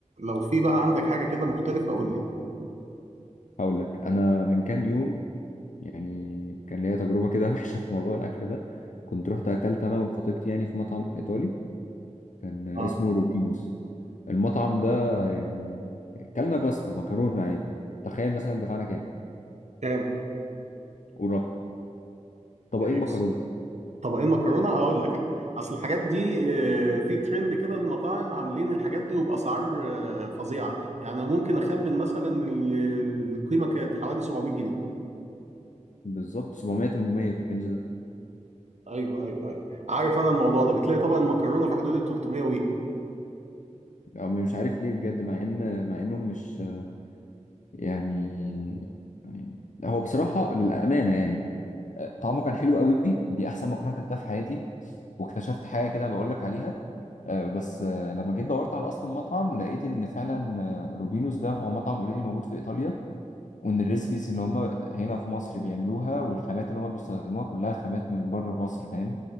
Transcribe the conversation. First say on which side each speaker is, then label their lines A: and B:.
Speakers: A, on the right; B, on the left.
A: لو في بقى عندك حاجه كده مختلفه قول لي
B: هقول لك أنا من كام يوم يعني كان ليا تجربة كده <laughs> وحشة في موضوع الأكل ده كنت رحت أكلت أنا وخطيبتي يعني في مطعم إيطالي كان اسمه
A: اه
B: روبينوس المطعم ده يعني كلنا باستا مكرونة عادي تخيل مثلا دفعنا كام
A: كام
B: ورقم طبقين
A: إيه،
B: مكرونة
A: طبقين مكرونه اقول لك اصل الحاجات دي آه، في ترند كده المطاعم عاملين الحاجات دي وباسعار آه، فظيعه يعني أنا ممكن اخمن مثلا ال- القيمه كانت حوالي 700 جنيه
B: بالظبط 700 800 في الرينج ده
A: ايوه ايوه ايوه عارف انا الموضوع ده بتلاقي طبق المكرونه في حدود ال 300
B: أو مش عارف ليه بجد مع ان مع انهم مش يعني يعني- هو بصراحة للأمانة يعني آه، طعمه كان حلو قوي دي أحسن مكرونة كلتها في حياتي واكتشفت حاجة كده بقول لك عليها آه، بس آه، لما جيت دورت على أصل المطعم لقيت إن فعلا آه، روبينوس ده هو مطعم اوريدي موجود في إيطاليا وان الريسبيس اللي هم هنا في مصر بيعملوها والخامات اللي هم بيستخدموها كلها خامات من بره مصر فاهم